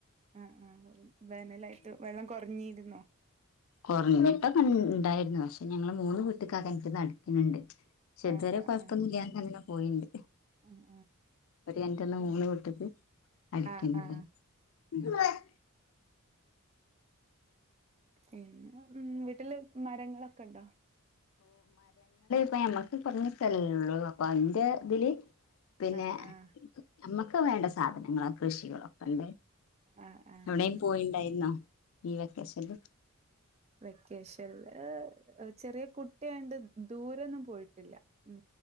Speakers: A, on the right; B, on the left.
A: ആഹ് ആ വേനലായിട്ട് വെള്ളം കുറഞ്ഞിരുന്നോ
B: കുറഞ്ഞിട്ടൊക്കെ ഉണ്ടായിരുന്നു പക്ഷെ ഞങ്ങള് മൂന്ന്ു വീട്ടക്ക കനക്ക്ന്ന്ിക്കുന്നുണ്ട് ശെ
A: ആഹ്
B: ഇത് വരെ
A: ആഹ്
B: കുറത്തൊന്നുമില്ല
A: ആഹ്
B: പോയിണ്ട്
A: ആഹ്
B: ഒരു കെണറ്റ്ന്ന്
A: ആഹ്
B: മൂന്ന് വീട്ടിക്ക് അടിക്ക്ണ്ട്
A: ആഹ് ആഹ്
B: <unintelligible>
A: പിന്നെ ഉ വീട്ടില് മരങ്ങളൊക്കെ ഉണ്ടോ
B: അപ്പൊ ഞമ്മക്ക് കുറഞ്ഞ സ്ഥലല്ലെള്ളൂ പന്റെ ഇതില് പിന്നെ
A: ആഹ് ആഹ്
B: നമ്മുക്ക് വേണ്ട സാധനം ഞങ്ങളെ കൃഷികളൊക്കെണ്ട്
A: ആഹ് ആഹ്
B: എവിടെയും പോയിണ്ടായിരുന്നോ ഈ വെക്കേഷനിൽ
A: വെക്കേഷനൽ ചെറിയ കുട്ടിയണ്ട് ദൂരൊന്നും പോയിട്ടില്ല ഉ